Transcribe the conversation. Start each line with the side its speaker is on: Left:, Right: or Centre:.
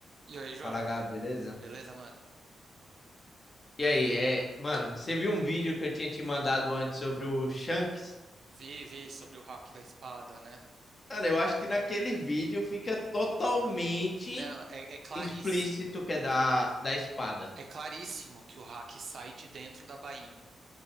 Right: E aí, João?
Left: Fala, Gabi, beleza?
Right: Beleza, mano?
Left: E aí, é, mano, você viu um vídeo que eu tinha te mandado antes sobre o Shanks?
Right: Vi, vi sobre o hack da espada, né?
Left: Mano, eu acho que naquele vídeo fica totalmente
Right: Não, é, é claríssimo.
Left: explícito que
Right: É,
Left: é da,
Right: cl-
Left: da espada.
Right: é claríssimo que o hack sai de dentro da bainha.